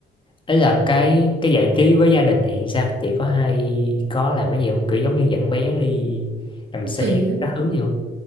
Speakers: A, on the left; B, on the right.
A: ấy là cái cái giải trí với gia đình thì sao chị có hay có làm cái gì không kiểu giống như dẫn bé đi làm
B: cũng
A: xe
B: tùy ấy.
A: các thứ gì không